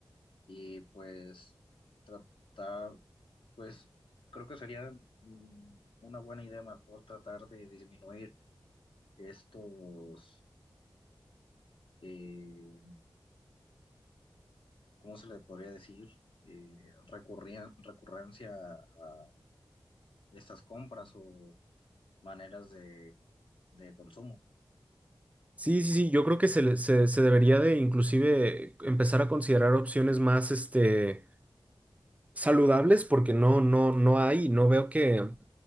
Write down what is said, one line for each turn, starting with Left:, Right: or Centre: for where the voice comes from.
Left: y pues tratar, pues creo que sería mm, una buena idea mejor tratar de disminuir estos eh, ¿cómo se le podría decir? Eh, recurría- recurrencia a estas compras o maneras de, de consumo.
Right: Sí, sí, sí, yo creo que se, le- se, se debería de inclusive empezar a considerar opciones más este, saludables porque no, no, no hay, no veo que,